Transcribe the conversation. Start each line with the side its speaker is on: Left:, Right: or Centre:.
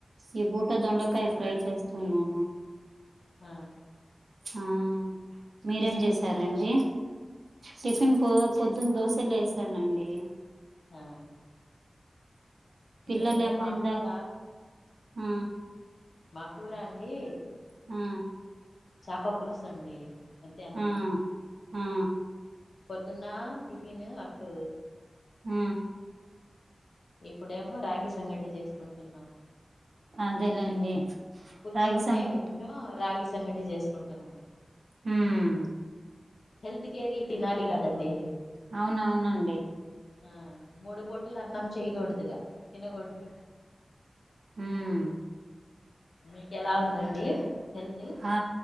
Right: ఈ పూట దొండకాయ ఫ్రై చేస్తున్నాను
Left: ఆ
Right: ఆ మీరేం
Left: టిఫిన్
Right: చేసారండి
Left: ఏం చేసారు
Right: టిఫిన్ పో పొద్దున్న దోశలు వేసానండి
Left: ఆ
Right: పిల్లలేమో
Left: మేము మా
Right: ఇందా
Left: కూర
Right: ఆ
Left: మా కూర అండి
Right: ఆ
Left: చాప పులుసు అండి మధ్యాహ్నం
Right: ఆ ఆ
Left: పొద్దున్న టిఫిను అటు
Right: ఆ
Left: ఇప్పుడేమో రాగి సంగటి చేసుకుంటున్నాము
Right: అదేలేండి
Left: పులుసు
Right: రాగి
Left: ఉంటే
Right: సంకటి
Left: ఏమో రాగి సంగటి చేసుకుంటున్నాను
Right: మ్మ్
Left: హెల్త్ కేరీ తినాలి కదండి
Right: అవునవునండి
Left: ఆ మూడు పూటలు అన్నం చేయకూడదుగా తినకూడదు
Right: మ్మ్
Left: మీకు ఎలా ఉందండి హెల్త్
Right: ఆ